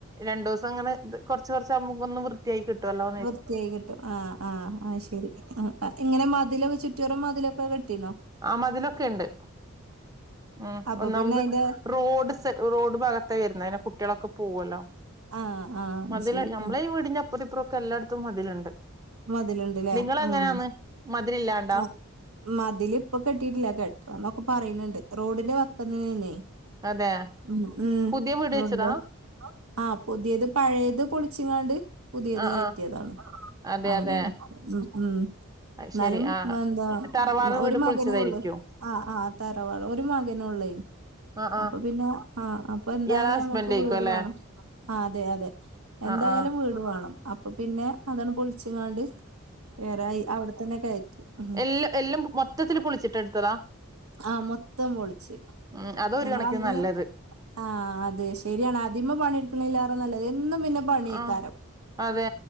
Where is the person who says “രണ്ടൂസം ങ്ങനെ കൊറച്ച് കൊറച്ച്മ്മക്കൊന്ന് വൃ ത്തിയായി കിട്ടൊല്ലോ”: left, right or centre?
Right